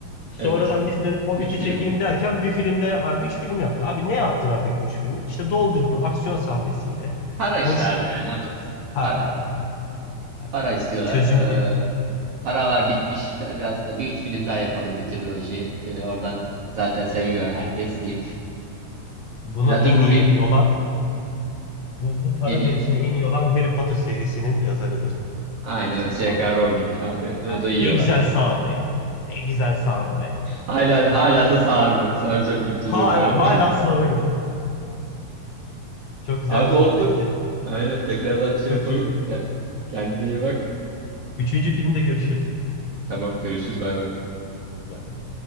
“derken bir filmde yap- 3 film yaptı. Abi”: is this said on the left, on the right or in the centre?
Left